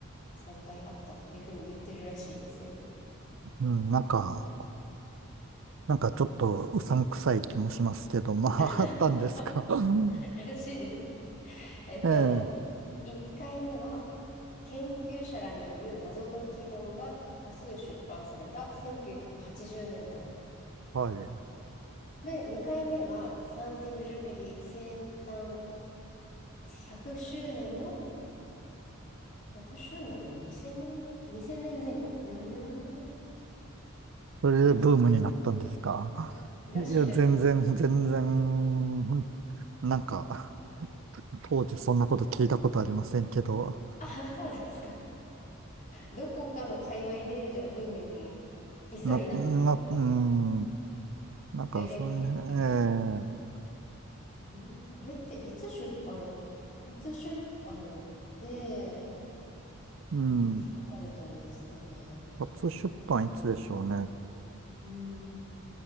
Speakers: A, on the left; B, on the right.
A: 3回あったっていうふうに言ってるらしいですよ。
B: うん、なんか、なんかちょっとうさんくさい気もしますけど、まあ、
A: <laughs>
B: あったんですか。<laughs> うん
A: らしいです。えっと、
B: ええ
A: 1回目は、研究者らによる謎解き本が多数出版された1980年代。
B: はい。
A: で、2回目がサンテグジュペリ生誕100周年の、100周年の2000年 ?2000 年前後。うーん。
B: それでブームになったんですか。
A: にせんらしいです。
B: いや、全然、全然、なんか、当時そんなこと聞いたことありませんけど、
A: あ、そうですか。どこかの界隈で、じゃあブームにひっそりなってたのが、
B: な、な、うん、なんか、
A: 大々的に書かれてる。
B: そのええ
A: うーん。これっていつ出版初出版って、
B: うん、
A: これいつ書かれたんですかね。
B: 初出版いつでしょうね。
A: うん。